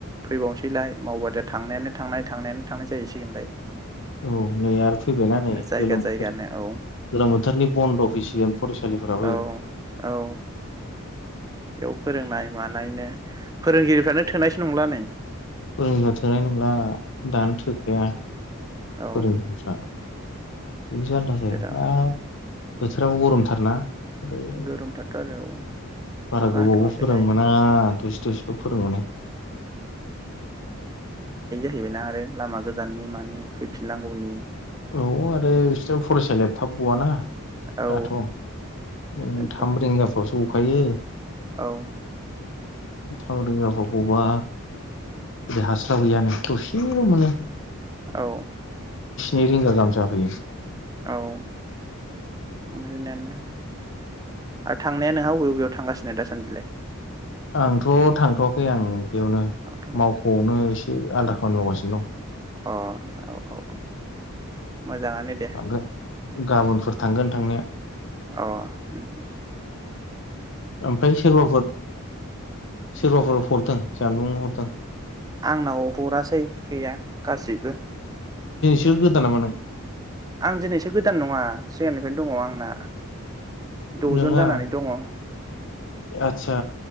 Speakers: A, on the right; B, on the left.
A: फैबावसैलाय मावबा दा थांनायानो थांनाय थांनायानो थांनाय जाहैसिगोनलाय।
B: औ नै आरो फैबायना नै
A: जायगा
B: गोलोम बोथोर
A: जायगानो औ
B: गोलोम बोथोरनि बन्द फैसिगोन फरायसालिफोराबो।
A: औ औ बेयाव फोरोंनाय मानायनो फोरोंगिरिफ्रानो थोनायसो नंला नै <inaudible>
B: फोरोंग्रा थोनाय नंला दानो थोखाया
A: औ
B: फोरोंगिरिफ्रा जालला जायो
A: बिराद
B: आ बोथोराबो गरमथारना? ओमफ्राय
A: गोरमथारथ आरो औ
B: बारा
A: अखा
B: गोबावबो
A: हाथ'वाखैलाय
B: फोरोंमोना दस-दस खौ फोरोंबावनो
A: फैबाय ना आरो लामा गोजाननि माने फैफिननांगौनि
B: औ आरो बिसोर फरायसालिया थाब गवाना
A: औ
B: दाथ'‌। ओम
A: बेनोथ'
B: थाम रिंगा फ्रावस गखायो।
A: औ।
B: थाव रोगाबावगौबा बे हास्लाब हैयानो दसे <unintelligible>
A: औ
B: नै रिंगा गाहाम जाफैयो।
A: औ ओमफ्राय दाना ओ थांनाया नोंहा अबे अबेयाव थांगासिनो दासान्दिलाय?
B: आंथ' थांथवाखै आं बेयावनो
A: थांथ'बाय
B: मावख'आवनो एसे <unintelligible> आलादा खामानि मावगासिनो दं।
A: अ औ औ।
B: <unintelligible>
A: मोजाङानो दे
B: गाबोन फोर थांगोन थांनाया
A: औ उम उम
B: ओमफ्राय सोरबाफोर सोरबाफोर हरदों जानबुं हटाल
A: आंनाव हरासै गैया गासैबो
B: जों गोदान नामा नों
A: आं दिनैसो गोदान नङा सिगांनिफ्रायनो दङ आंना। दजन
B: नोङा
A: जानानै दङ
B: आदसा